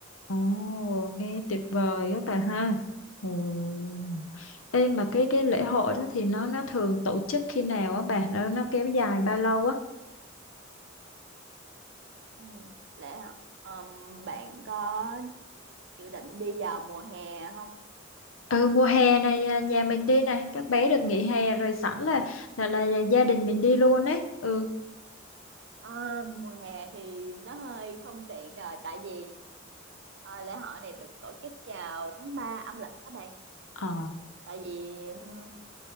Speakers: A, on the left; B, on the right.
A: Ồ, nghe tuyệt vời á bà ha. Ồ. Ê mà cái cái lễ hội đó thì nó nó thường tổ chức khi nào á bà? Nó nó kéo dài bao lâu á?
B: Ừ. Lễ ờm, bạn có dự định đi vào mùa hè không?
A: Ừ mùa hè này à, nhà mình đi này các bé được nghỉ hè rồi sẵn là là là gia đình mình đi luôn ấy ừ
B: Ờ, mùa hè thì nó hơi không tiện rồi tại vì ờ, lễ hội này được tổ chức vào tháng 3 âm lịch các bạn
A: Ồ,
B: tại vì ừm,